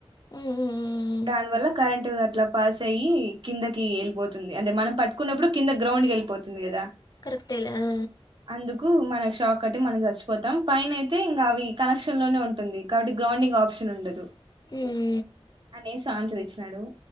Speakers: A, on the left; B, on the right.
A: ఉమ్ ఉమ్ ఉమ్
B: దాని వల్ల కరెంట్ అట్లా పాస్ అయ్యి కిందకి వెళ్ళిపోతుంది అదే మనం పట్టుకున్నప్పుడు కింద గ్రౌండ్ కి వెళ్ళిపోతుంది కదా
A: కరెక్ట్లే ఆ
B: అందుకు మనకు షాక్ కట్టి మనం చచ్చిపోతాం పైన అయితే ఇంగ అవి కనెక్షన్ లోనే ఉంటుంది కాబట్టి గ్రౌండ్డింగ్ ఆప్షన్ ఉండదు
A: ఉమ్
B: అనేసి ఆన్సరిచ్చిన డు